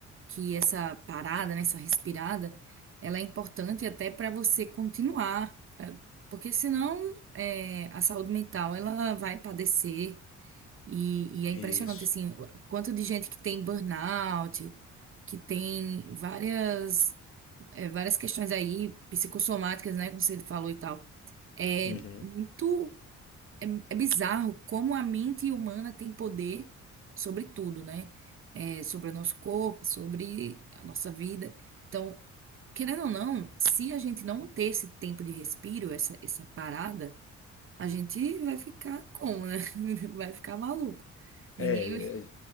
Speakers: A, on the right (about 45°); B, on the left (about 45°).
A: que essa parada, né, essa respirada, ela é importante até para você continuar, pra- porque senão é, a saúde mental ela vai padecer. E, e é impressionante,
B: isso.
A: assim, o quanto de gente que tem burnout, que tem várias, eh, várias questões aí psicossomáticas, né, como você falou e tal. É
B: Uhum.
A: muito, é, é bizarro como a mente humana tem poder sobre tudo, né? É, sobre o nosso corpo, sobre a nossa vida. Então, querendo ou não, se a gente não ter esse tempo de respiro, essa, essa parada, a gente vai ficar como, né? <laughs> Vai ficar maluco. Ninguém,
B: É,